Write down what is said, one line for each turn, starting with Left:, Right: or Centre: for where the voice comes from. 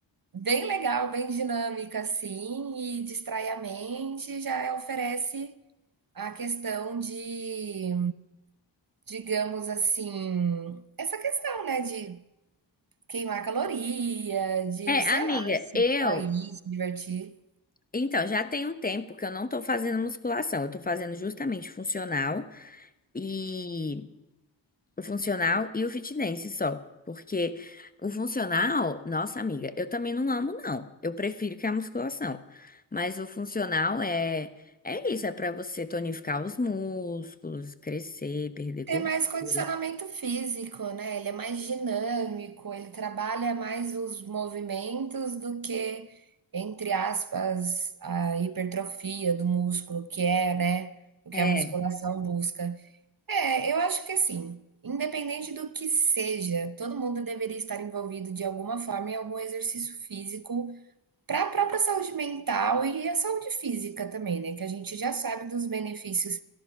Right: bem legal, bem dinâmica, assim, e distrai a mente, já oferece a questão de, digamos assim, essa questão, né, de queimar caloria, de,
Left: é,
Right: sei
Left: amiga,
Right: lá, se
Left: eu,
Right: sair, se divertir.
Left: então, já tem um tempo que eu não tô fazendo musculação, eu tô fazendo justamente funcional e O funcional e o fitness só. Porque o funcional, nossa amiga, eu também não amo, não. Eu prefiro que a musculação. Mas o funcional é, é isso, é pra você tonificar os músculos, crescer, perder
Right: Tem
Left: gordura.
Right: mais condicionamento físico, né? Ele é mais dinâmico, ele trabalha mais os movimentos do que, entre aspas, a hipertrofia do músculo, que é, né, o que
Left: É.
Right: a musculação busca. É, eu acho que assim, independente do que seja, todo mundo deveria estar envolvido de alguma forma em algum exercício físico para a própria saúde mental e a saúde física também, né? Que a gente já sabe dos benefícios